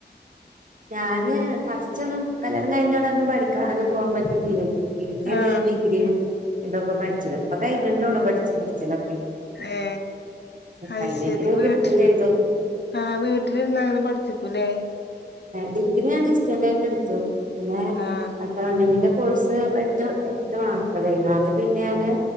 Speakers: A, on the right (about 45°); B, on the left (about 70°).
A: ഞാന് ഫസ്റ്റ് ഒന്നും കല്യാണം കഴിഞ്ഞോട ഒന്നും പഠിക്കാൊന്നും പോകാൻ പറ്റിട്ടില്ലേ പിന്നനെ
B: ആഹ്
A: ഡിഗ്രിയും ഇതൊക്കെ പഠിച്ചത് ഇപ്പൊ കഴിഞ്ഞിട്ടേ ഉള്ളൂ പഠിച്ചു പഠിച്ചല്ലോ
B: ഏ അത്
A: കഴിഞ്ഞേക്കിന്
B: ശരി വീട്ട്
A: കിട്ടും ചെയ്തു
B: ആഹ് വീട്ടിലിരുന്ന അങ്ങനെ പഠിച്ചിിക്കൂല്ലേ
A: ഡിഗ്രി ഞാൻ റിസ്റ്റന്റ് ആയിട്ട് എടുത്തു പിന്നെ
B: ആഹ്
A: അക്കൗണ്ടിങ്ങിന്റെ കോഴ്സ് എട്ട് മാത്രതരുന്നു അത് പിന്നെ ഞാന്